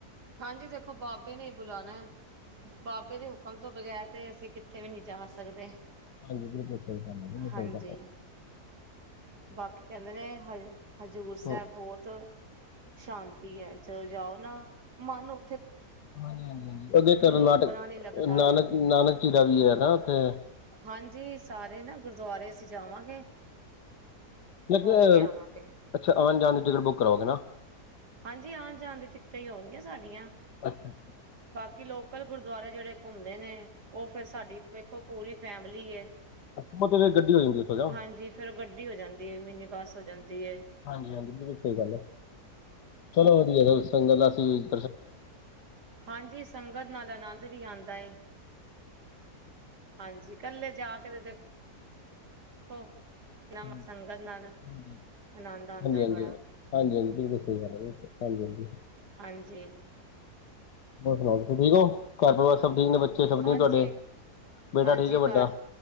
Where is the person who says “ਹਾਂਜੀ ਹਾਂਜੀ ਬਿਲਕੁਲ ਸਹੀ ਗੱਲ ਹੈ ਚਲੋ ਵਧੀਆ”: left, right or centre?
Left